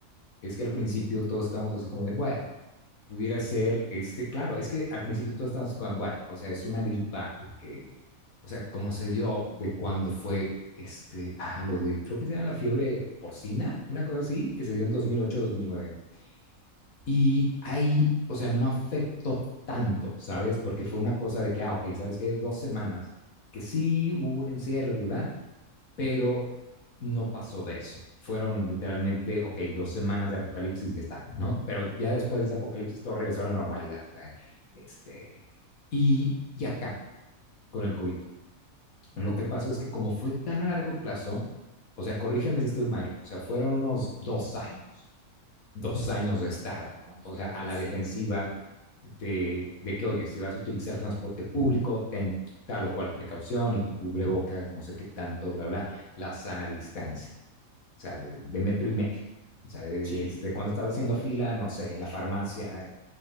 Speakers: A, on the left; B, on the right.
A: es que al principio todos estábamos así como de, bueno, pudiera ser, este, claro, es que al principio todos estábamos así como, bueno, o sea, es una gripa que, o sea, como se dio de cuando fue, este, ah, lo de, creo que se llama la fiebre porcina, una cosa así, que se dio en dos dos mil ocho, dos mil nueve. Y ahí, o sea, no afectó tanto, ¿sabes? Porque fue una cosa de que, ah, ok, ¿sabes qué? Dos semanas que sí hubo un encierro, ¿verdad? Pero no pasó de eso. Fueron literalmente, ok, dos semanas de apocalipsis y ya está, ¿no? Pero ya después de ese apocalipsis todo regresó a la normalidad, o sea, este, y, y acá, con el COVID, lo que pasó es que como fue tan a largo plazo, o sea, corrígeme si estoy mal, o sea, fueron unos dos años dos años de estar,
B: Más
A: o
B: o
A: sea,
B: menos,
A: a la defensiva
B: sí.
A: de, de que, oye, si vas a utilizar transporte público, ten tal o cual precaución y tu cubrebocas, no sé qué tanto, bla, bla, la sana distancia, o sea, de, de metro y medio. O sea, de,
B: Sí,
A: de, este, cuando estás haciendo fila, no sé, en la farmacia,